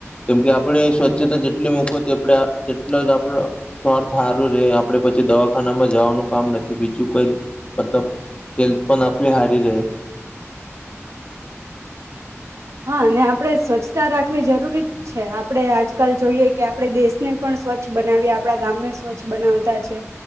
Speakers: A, on the left (about 25°); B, on the right (about 80°).
A: કેમકે આપણે સ્વચ્છતા જેટલી મૂકો તેપડા તેટલાજ આપડા સ્વાર્થ હારું રહે આપડે પછી દવાખાના માં જવાનું કામ નથી બીજું કઈ મતલબ હેલ્થ પણ આપ હારી રહે.
B: હા ને આપડે સ્વચ્છતા રાખવી જરૂરી જ છે. આપડે આજ કલ જોઈએ કે આપડે દેશને પણ સ્વચ્છ બનાવીએ આપડા ગામને સ્વચ્છ બનાવતા છે.